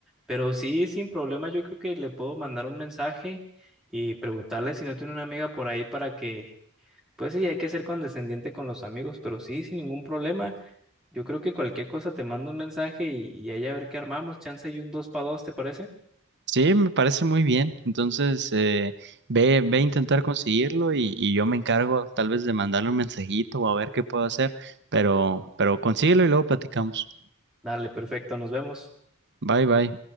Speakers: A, in the centre; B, on the right.
A: pero sí, sin problema, yo creo que le puedo mandar un mensaje y preguntarle si no tiene una amiga por ahí para que, pues sí, hay que ser condescendiente con los amigos, pero sí, sin ningún problema, yo creo que cualquier cosa te mando un mensaje y, y ahí a ver qué armamos, chance y un dos para dos, ¿te parece?
B: Sí, me parece muy bien. Entonces, eh, ve, ve a intentar conseguirlo y, y yo me encargo tal vez de mandarle un mensajito o a ver qué puedo hacer, pero, pero consíguelo y luego platicamos.
A: Dale, perfecto, nos vemos.
B: Bye, bye.